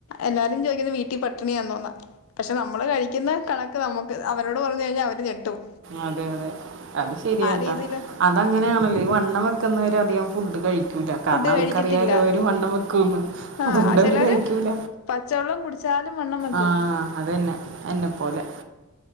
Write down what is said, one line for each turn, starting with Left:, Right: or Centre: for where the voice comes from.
Left: എല്ലാരും ചോദിക്കുന്നത് വീട്ടിൽ പട്ടിണിയാ ന്ന. പക്ഷെ നമ്മള് കഴിക്കുന്ന കണ നമുക്ക് അവരോട് പറഞ്ഞ് കഴിഞ്ഞാ അവര് നെട്ടും.
Right: അതെ അതെ അത് ശരിയയാട്ടാ.
Left: രീതിയില്
Right: ആ അതങ്ങനെ ആണല്ലോ ഈ വണ്ണം വെക്കുന്നവര് അധികം ഫുഡ് കഴിക്ക് കാരണം
Left: ഫുഡ്
Right: അവർക്ക്റിയാലോ
Left: കഴിക്കത്തില്ല
Right: അവര് വണ്ണം വെക്കൂന്ന്
Left: ആ
Right: അതുകൊണ്ട്
Left: ചിലര്
Right: അവര് കഴിക്കൂല.
Left: പച്ചവെള്ളം കുടിച്ച ചാലും വണ്ണം. വെക്കും
Right: ആഹ് അത് തന്നെ എന്നെപ്പോലെ